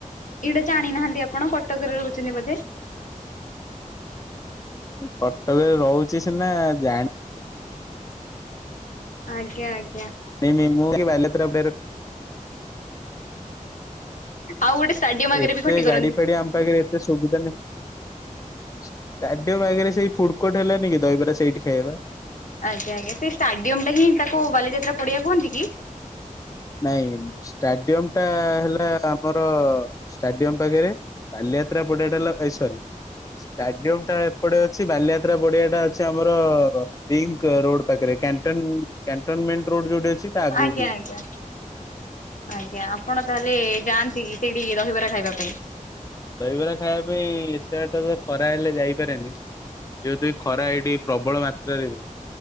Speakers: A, on the left; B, on the left.
A: ଏଇଟା ଜାଣିନାହାନ୍ତି ଆପଣ କଟକରେ ରହୁଛନ୍ତି ବୋଧେ?
B: କଟକରେ ରହୁଛି ସିନା ଜାଣି
A: ଆଜ୍ଞା ଆଜ୍ଞା।
B: ନାଇଁ ମ୍ୟାମ୍ ମୁଁ ଏଇ ବାଲିଯାତ୍ରା ପଡି
A: ଆଉ ଗୋଟେ ଷ୍ଟାଡିୟମ ଆଗରେ
B: ଏତେ
A: ବି ଖଟି କରନ୍ତି।
B: ଗାଡି ଫାଡି ଆମ ପାଖରେ ଏତେ ସୁବିଧା ନାହିଁ। ଷ୍ଟାଡି ବାଗରେ ସେଇ ଫୁଡକୋଟ୍ ହେଲାନି କି ଦହିବରା ସେଇଠି ଖାଇବା।
A: ଆଜ୍ଞା ଆଜ୍ଞା ସେ ଷ୍ଟାଡିୟମ ଟା ହିଁ ତାକୁ ବାଲିଯାତ୍ରା ପଡିଆ କୁହନ୍ତି କି?
B: ନାଇଁ ଷ୍ଟାଡିୟମ ଟା ହେଲା ଆମର ଷ୍ଟାଡିୟମ ପାଖରେ ବାଲିଯାତ୍ରା ପଡିଆଟା ହେଲା ଏ ସରି ଷ୍ଟାଡିୟମ ଟା ଏପଟେ ଅଛି ବାଲିଯାତ୍ରା ପଡିଆ ଟା ଅଛି ଆମର-ଅ-ଅ-ଅ ରିଙ୍କ ରୋଡ ପାଖରେ କ୍ୟା ଣ୍ଟନ କ୍ୟାଣ୍ଟୋନମେଣ୍ଟ ରୋଡ ଯଉଠି ଅଛି। ତା ଆଗକୁ
A: ଆଜ୍ଞା
B: ଟିକେ
A: ଆଜ୍ଞା। ଆଜ୍ଞା ଆପଣ ତାହେଲେ-ଏ-ଏ ଯାଆନ୍ତି କି ସେଇଠି ଦହିବରା ଖାଇବା ପାଇଁ?
B: ଦହିବରା ଖାଇବା ପାଇଁ ଏତେ ବାଟ ଅ ଖରା ହେଲେ ଯାଇପାରେନି। ଯେହେତୁ ଏ ଖରା ଏଇଠି ପ୍ରବଳ ମାତ୍ରାରେ।